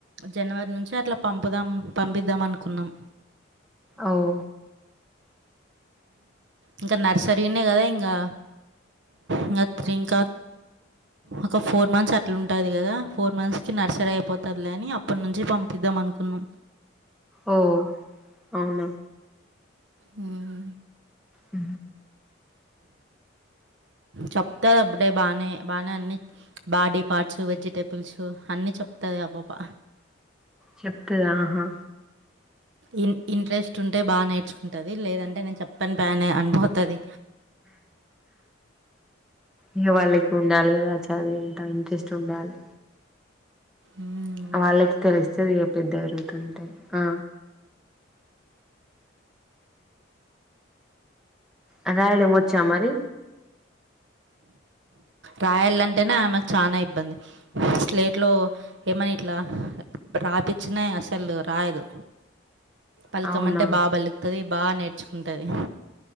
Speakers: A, on the right; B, in the centre.
A: జనవరి నుంచి అట్లా పంపుదాం పంపిద్దాం అనుకున్నాం
B: అవు
A: ఇంకా నర్సరీనే కదా ఇంకా ఇంకా త ఇంకా ఒక ఫోర్ మంత్స్ అట్లా ఉంటుంది కదా ఫోర్ మంత్స్ నర్సరీ అయిపోతదిలే అని అప్పటి నుంచి పంపిద్దాం అనుకున్నాం
B: ఓ అవునా
A: ఉమ్
B: ఉ
A: చెప్తాది అప్పుడే బానే బానే అన్ని బాడీ పార్ట్స్ వెజిటేబుల్స్ అన్ని చెప్తాది ఆ బప
B: చెప్తాదా ఆహా
A: ఇన్ ఇంట్రెస్ట్ ఉంటే బాగా నేర్చుకుంటుంది లేదంటే నేను చెప్పానుపా అని అన్ పోతాది
B: ఇగ వాళ్ళకి వుండాలి కదా చదివెంత ఇంట్రెస్ట్ ఉండాలి
A: ఉమ్మ్
B: వాళ్ళకి తెలిస్తాది ఇగ పెద్ద ఎరుగుతుంటే ఆ ఆ రాయడం వచ్చా మరి
A: రాయ్యాలంటేనే ఆమెకు చానా ఇబ్బంది స్లేట్లో ఏమని ఇట్లా రాపిచ్చిన అసలు రాయదు పలకమంటే
B: అవునా
A: బా బలుకుతది బా నేర్చుకుంటది